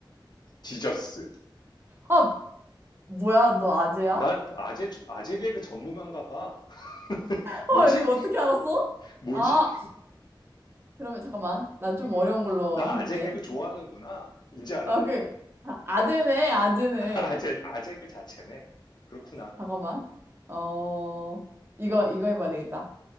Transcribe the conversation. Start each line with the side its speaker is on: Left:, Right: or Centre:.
Left: 지저스.
Right: 아, 뭐야? 너 아재야?
Left: 나 아재, 아재 개그 전문가인가 봐.
Right: 헐,
Left: 뭐지?
Right: 이거 어떻게 알았어?
Left: 뭐지?
Right: 아, 그러면 잠깐만. 나 좀
Left: 음,
Right: 어려운 걸로
Left: 나
Right: 해볼게.
Left: 아재 개그 좋아하는구나. 이제 알았네.
Right: 아, 그, 아, 아재네, 아재네.
Left: <laughs> 아재, 아재 그 자체네. 그렇구나.
Right: 잠깐만. 어, 이거, 이거 해봐야 되겠다.